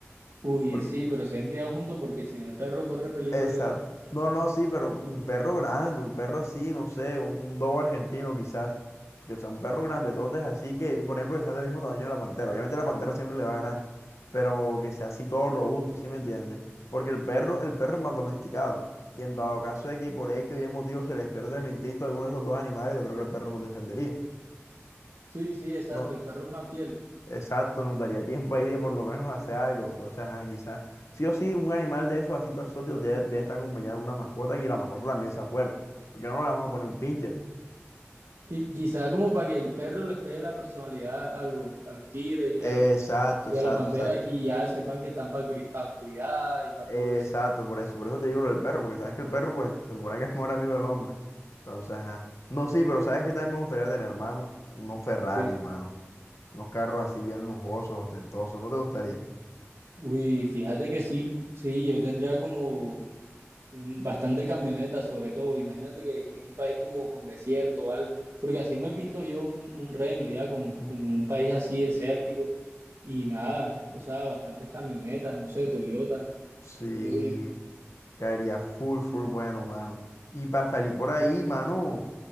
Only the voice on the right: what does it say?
Uy,
sí, pero se han criado juntos porque si no el perro corre peligro
ahí.
Sí, sí, exacto,
el perro es más fiel.
Qui- quizá como para que el perro les pegue la personalidad a los, a los tigres y
a los y
a la pantera
y ya sepan que están para cuidar y para
todo eso.
Sí.
Uy, fíjate que sí, sí, yo tendría como un- bastante camioneta sobre todo. Imagínate que es un país como con desierto o algo, porque así me pinto yo un, un reno ya con,
con un país así desértico y nada, o sea, bastantes camionetas, no sé, Toyota,
digo yo.